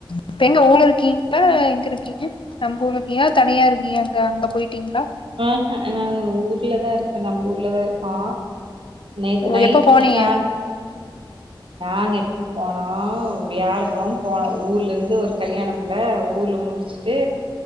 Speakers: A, on the left; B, on the right.
A: இப்ப எங்க ஊர்ல இருக்கீங்ளா எங்க இருக்கீங்க நம்ப ஊர்ல இருக்கியா தனியா இருக்கியா அங்க அங்க போயிட்டீங்ளா
B: ஆஹ்ஹ நா ஊர்லதா இருக்க நம்ப ஊர்லதா இருக்கோ நேத்து
A: ஓ,
B: நைட்டுத்தா
A: எப்ப போனீங்க
B: நானு நாங்க எப்ப போ நா வியாழக்கெழம போன ஊர்ல இருந் து ஒரு கல்யாணமுல்ல ஊர்ல முடிச்சிட்டு